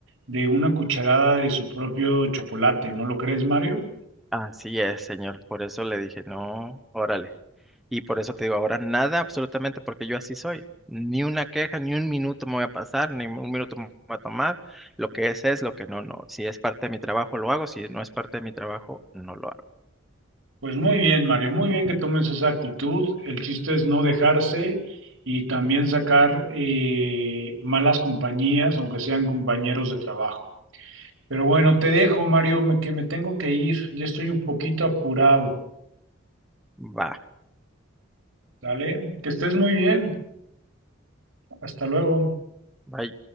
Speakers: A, on the right; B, in the centre.
A: de una cucharada de su propio chocolate, ¿no lo crees, Mario?
B: Así es, señor. Por eso le dije, no, órale. Y por eso te digo, ahora nada, absolutamente, porque yo así soy. Ni una queja, ni un minuto me voy a pasar, ni un minuto me voy a tomar. Lo que es es, lo que no, no. Si es parte de mi trabajo, lo hago. Si no es parte de mi trabajo, no lo hago.
A: Pues muy bien, Mario, muy bien que tomes esa actitud. El chiste es no dejarse y también sacar eh, malas compañías, aunque sean compañeros de trabajo. Pero bueno, te dejo, Mario, me- que me tengo que ir. Ya estoy un poquito apurado.
B: Va,
A: ¿Dale? Que estés muy bien. Hasta luego.
B: bye.